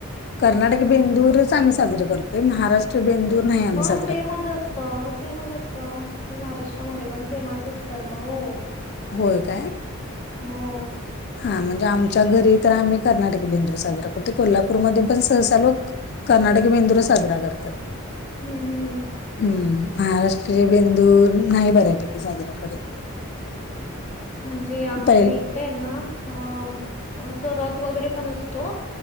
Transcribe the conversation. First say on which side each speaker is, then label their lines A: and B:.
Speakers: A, on the left; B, on the left.
A: कर्नाटकी बेंदूरच आम्ही साजरा कर ते महाराष्ट्र बेंदूर नाही. आम्ही
B: मा
A: साजरा
B: सेमच
A: करत
B: असतं, सेमच असतं हे महाराष्ट्रामध्ये पण सेम आसच करतात हो.
A: होय का?
B: हो,
A: हा म्हणजे आमच्या घरी तर आम्ही, कर्नाटकी बेंदूर साजरा करतोय कोल्हापूरमध्ये पण सहसा लोक कर्नाटक बेंदूर च साजरा करतात.
B: हम्म- हम्,
A: हम्म, महाराष्ट्रीय बेंदूर नाही, बऱ्यापैकी साजरा करत.
B: म्हणजे आमच्या
A: पहि
B: इकडे ना हा असं रथ वगैरे पण असतो.